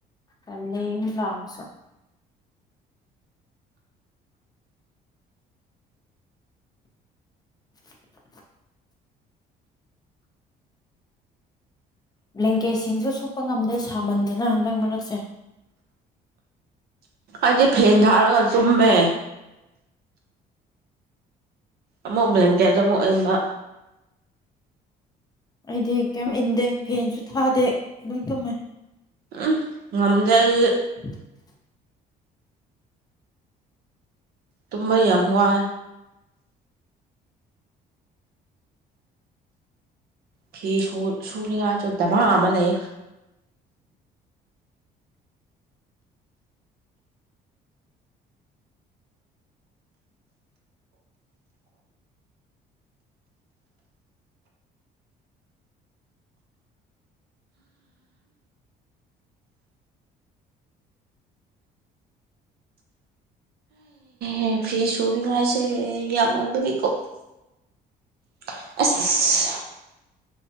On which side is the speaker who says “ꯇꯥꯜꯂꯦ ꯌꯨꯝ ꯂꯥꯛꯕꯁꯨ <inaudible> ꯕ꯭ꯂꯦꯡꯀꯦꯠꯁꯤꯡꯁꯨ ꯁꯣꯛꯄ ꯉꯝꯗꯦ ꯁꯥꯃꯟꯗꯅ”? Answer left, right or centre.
Left